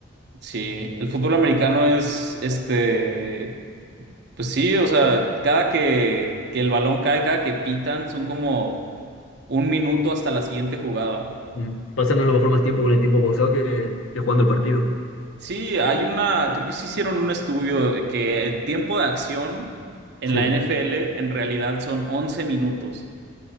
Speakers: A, on the right (about 55°); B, on the left (about 85°).
A: Sí, el fútbol americano es este Pues sí, o sea, cada que, que el balón cae, cada que pitan, son como un minuto hasta la siguiente jugada.
B: Ujú. Pasan a lo mejor más tiempo con el tiempo pausado que, que jugando el partido.
A: Sí, hay una, creo que sí hicieron un estudio de que el tiempo de acción en
B: Sí.
A: la NFL en realidad son 11 minutos